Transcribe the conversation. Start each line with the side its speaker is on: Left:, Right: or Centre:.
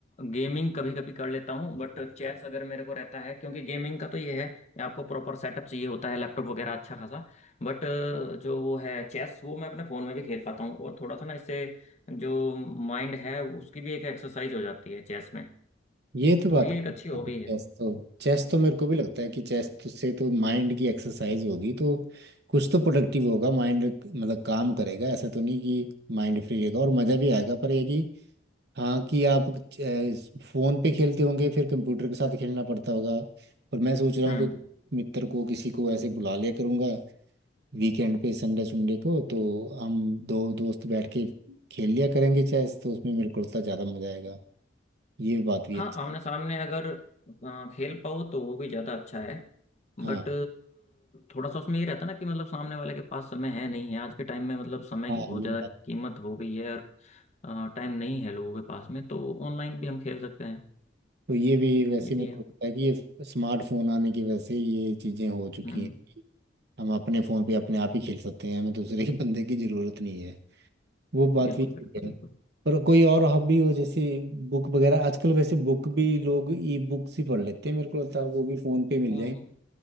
Left: गेमिंग कभी कभी कर लेता हूँ बट चेस अगर मेरे को रहता है क्योंकि गेमिंग का तो ये है कि आपको प्रॉपर सेटअप चाहिए होता है लैपटॉप वगैरह अच्छा खासा बट जो वो है चेस वो मैं अपने फ़ोन में भी खेल पाता हूँ और थोड़ा सा ना इससे जो माइंड है उसकी भी एक एक्सरसाइज हो जाती है चेस में
Right: ये तो
Left: तो
Right: बात
Left: ये एक अच्छी हॉबी
Right: है चेस
Left: है
Right: तो चेस तो मेरे को भी लगता है कि चेस तो से तो माइंड की एक्सरसाइज होगी तो कुछ तो प्रोडक्टिव होगा माइंड मतलब काम करेगा ऐसा तो नहीं कि माइंड फ्री रहेगा और मज़ा भी आएगा पर ये कि हाँ कि आप फ़ोन पे खेलते होंगे फिर कंप्यूटर के साथ खेलना पड़ता होगा पर मैं सोच रहा
Left: हम्म
Right: हूँ कि मित्र को किसी को ऐसे बुला लिया करूँगा वीकेंड पे संडे संडे को तो हम दो दोस्त बैठ के खेल लिया करेंगे चेस तो उसमें मेरे को लगता है ज़्यादा मजा आएगा ये बात भी
Left: हाँ
Right: अच्छी
Left: आमने सामने अगर अ, खेल पाओ तो वो भी ज़्यादा अच्छा है बट
Right: हाँ
Left: थोड़ा सा उसमें ये रहता ना कि मतलब सामने वाले के पास समय है नहीं है आज के टाइम में मतलब समय
Right: हाँ
Left: की बहुत
Right: ये
Left: ज़्यादा
Right: बात
Left: कीमत हो गई है और टाइम नहीं है लोगों के पास में तो ऑनलाइन भी हम खेल सकते हैं
Right: तो ये भी वैसे
Left: ये भी
Right: मेरे
Left: है
Right: को लगता है कि ये स्मार्टफोन आने की वजह से ये चीज़ें हो चुकी
Left: हम्म
Right: हैं हम अपने फ़ोन पे अपने आप ही खेल सकते हैं हमें दूसरे <laughs> के बंदे की ज़रूरत नहीं है वो बात
Left: बिल्कुल
Right: भी ठीक
Left: बिल्कुल
Right: है
Left: बिल्कुल
Right: पर कोई और हॉबी हो जैसे बुक वगैरह आजकल वैसे बुक भी लोग ई बुक्स ही पढ़ लेते हैं मेरे को लगता है वो भी फ़ोन पे मिल
Left: हम्म
Right: जाएंगे
Left: हम्म।